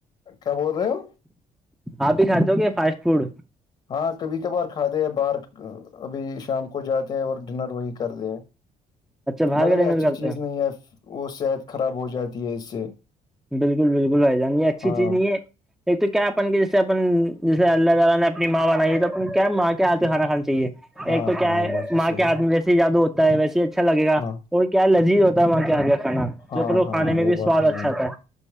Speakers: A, on the left (about 45°); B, in the centre.
A: کیا بول رہے ہو
B: آپ ہی کھاتے ہو گ فاسٹ فوڈ
A: ہاں کبھی کبھار کھ دے ہیں باہر ابھی شام کو جاتے ہیں اور ڈنر وہی کرتے ہیں
B: اچھا باہر
A: مگر
B: کا
A: یہ
B: ڈنر
A: اچھی
B: کرتے
A: چیز نہیں ہے وہ صحت خراب ہو جاتی ہے اس سے
B: بالکل بالکلھائی جان یہ اچھی
A: ہاں
B: چیز نہیں ہے ایک تو کیا اپن جیسے اپن جیسے اللہ تعالی نے اپنی ماں بنائی تو اپن کیا ماں کیا آتے کانا کھانا چاہیے
A: ہاں
B: ایک تو
A: ہاں
B: کیا ہے
A: یہ بات تو
B: ماں
A: صحیح
B: کے ہاتھمی
A: ہے
B: جیسے جیاادو ہوتا ہے ویسے اچھا لگےا
A: ہاں
B: اور کیا لذیذ ہوتا ہے وہاں کا ہل کاھانا
A: ہاں
B: چوکرو
A: ہاں
B: کھانے
A: یہ
B: میں بھی
A: بات
B: سواد
A: تو صحیح
B: اچھا
A: ہے
B: تھا